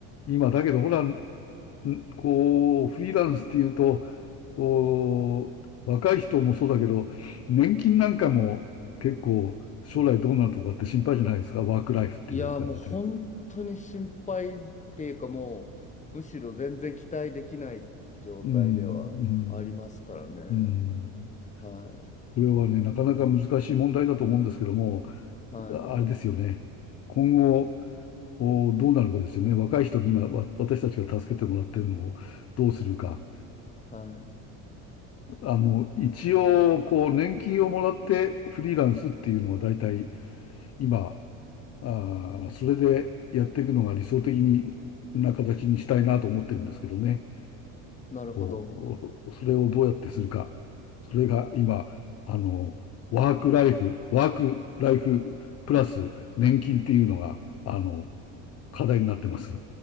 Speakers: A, on the left; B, on the left.
A: 今、だけど、ほら、んこう、フリーランスっていうと、こう若い人もそうだけど、年金なんかも結構将来どうなるとかって心配じゃないですか、ワークライフっていう感じで。
B: い。いや、もう本当に心配っていうか、もう、むしろ全然期待できない状態ではありますからね。
A: うん、うん、うん。
B: は
A: これはね、なかなか難しい問題だと思うんですけども、
B: い。はい。
A: ああれですよね。今後、おどうなるかですよね。若い人に今、わ私たちが助けてもらってるのをどうするか。
B: は
A: あの、一応、こう、年金をもらってフリーランスっていうのは大体今、あーそれでやっていくのが理想的にな形にしたいなと思ってるんですけどね。
B: い。なるほど。
A: こうそれをどうやってするか。それが今、あの、ワークライフ、ワークライフプラス年金っていうのが、あの、課題になってます。